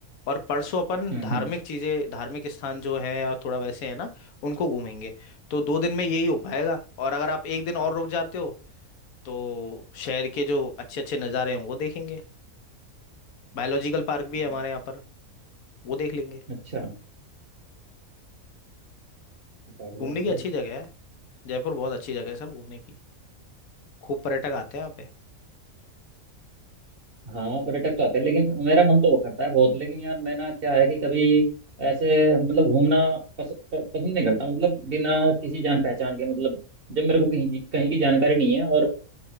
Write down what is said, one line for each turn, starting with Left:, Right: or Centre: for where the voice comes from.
Left: और परसों अपन
Right: हम्म
Left: धार्मिक
Right: हम्म,
Left: चीजें धार्मिक स्थान जो है या थोड़ा वैसे है ना उनको घूमेंगे तो दो दिन में यही हो पाएगा और अगर आप एक दिन और रुक जाते हो तो शहर के जो अच्छे अच्छे नज़ारे हैं वो देखेंगे बायोलॉजिकल पार्क
Right: हम्म,
Left: भी है हमारे यहाँ पर वो देख लेंगे
Right: अच्छा बढ़िया
Left: घूमने
Right: बढ़िया
Left: की अच्छी जगह है जयपुर बहुत अच्छी जगह है सर घूमने की खूब पर्यटक आते हैं यहाँ पे
Right: हाँ पर्यटक तो आते हैं लेकिन मेरा मन तो करता है बहुत लेकिन यार मैं ना क्या है कि कभी ऐसे मतलब घूमना पस, प, पसंद नहीं करता मतलब बिना किसी जान पहचान के मतलब जब मेरे को कहीं कहीं की जानकारी नहीं है और